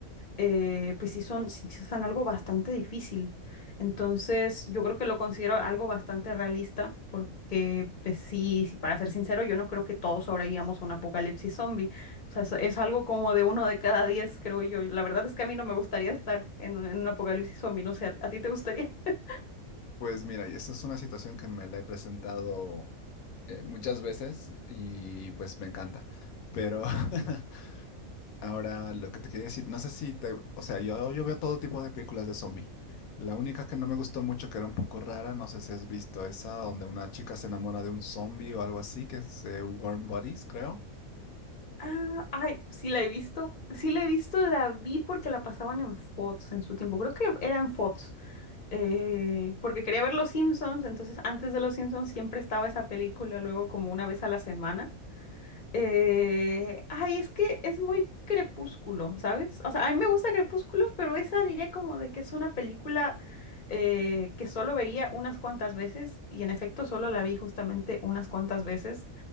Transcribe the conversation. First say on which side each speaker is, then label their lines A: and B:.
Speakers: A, on the left; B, on the left.
A: eh, pues sí son, sí sí son algo bastante difícil. Entonces, yo creo que lo considero algo bastante realista, porque pues sí, sí, para ser sincero, yo no creo que todos sobrevivamos a un apocalipsis zombie. O sea, eso es algo como de uno de cada diez, creo yo. La verdad es que a mí no me gustaría estar en, un en un apocalipsis zombie, no sé, ¿a, a ti te gustaría? <laughs>
B: Pues mira, y esta es una situación que me la he presentado eh, muchas veces y pues me encanta. Pero <laughs> ahora lo que te quería decir, no sé si te, o sea, yo, yo veo todo tipo de películas de zombie. La única que no me gustó mucho, que era un poco rara, no sé si has visto esa, donde una chica se enamora de un zombie o algo así, que es eh, Warm Bodies, creo.
A: Ah, ay, sí la he visto, sí la he visto, la vi porque la pasaban en Fox en su tiempo, creo que era en Fox. eh, porque quería ver Los Simpsons, entonces antes de Los Simpsons siempre estaba esa película, luego como una vez a la semana. Eh, ay, es que es muy crepúsculo, ¿sabes? O sea, a mí me gusta Crepúsculo, pero esa diría como de que es una película eh, que solo vería unas cuantas veces y en efecto solo la vi justamente unas cuantas veces,